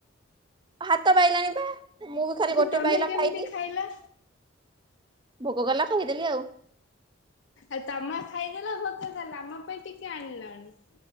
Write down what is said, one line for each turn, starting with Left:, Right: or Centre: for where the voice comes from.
Right: ହାତ ପାଇଲାଣି ପା ମୁଁ ବି ଖାଲି
Left: ଯେ
Right: ଗୋଟେ
Left: ତମେ
Right: ପାଇଲା
Left: କେମିତି
Right: ଖାଇଲି
Left: ଖାଇଲ
Right: ଭୋକ କଲା ଖାଇଦେଲି ଆଉ।
Left: ଆଉ ତମା ଖାଇଦେଲ ଭୋକ କଲା ଆଉ ଆମ ପାଇଁ ଟିକେ ଆଣିଲଣି।